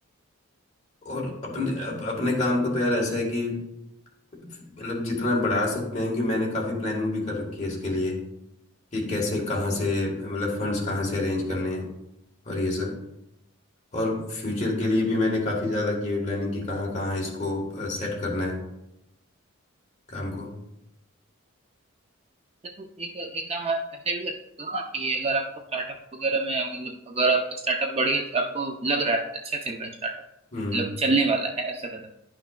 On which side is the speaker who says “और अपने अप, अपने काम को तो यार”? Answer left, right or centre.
Left